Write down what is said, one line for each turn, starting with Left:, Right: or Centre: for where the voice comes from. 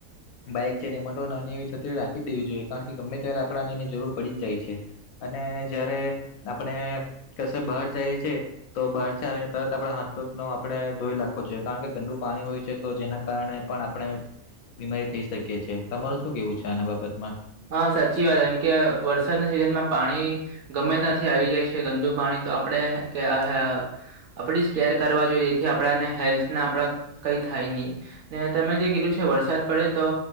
Left: બાઈક છે તેમાં તો નાની એવી છત્રી રાખી દેવી જોઈએ કારણ કે ગમે ત્યારે કપડાંનીની જરૂર પડી જ જાય છે અને જ્યારે આપણે કશે બહાર જઈએ છે તો બહાર છે આવીને તરત આપડે હાથપક નો આપડે ધોઈ નાખો જોઈએ કારણ કે ગંદુ પાણી હોય છે તો જેના કારણે પણ આપળે બીમારી થઈ શકીએ છીએ તમારું શું કેવું છે આના બાબતમાં?
Right: હા સાચી વાત એમ કે વરસાદના સિઝનમાં પાણી ગમે ત્યાંથી આવી જાય છે ગંદુ પાણી તો આપડે કે <unintelligible> આપડી જ કેર કરવા જોઈએ જેથી આપણાને હેલ્થના આપડા ને કઈ થાય ની. ને તમે જે કીધું છે વરસાદ પડે તો